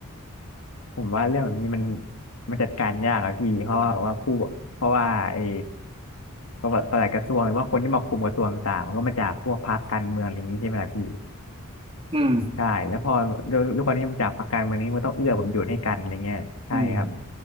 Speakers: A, on the left (about 75°); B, on the right (about 25°).
A: ผมว่าเรื่องแบบนี้มันมันจัดการยากอะพี่เพราะว่าว่าผู้เพราะว่าไอ้ ก็ประหลัดกระทรวงหรือว่าคนที่มาคุมกระทรวงต่างๆมันก็มาจากพวกพรรคการเมืองอะไรอย่างนี้ใช่ไหมล่ะพี่
B: อืม
A: ใช่แล้วพอด้วยด้วยความที่มันจับพักการเมืองนี้มันต้องเอื้อผลประโยชน์ให้กันอะไรเงี้ยใช่ครับ
B: อืม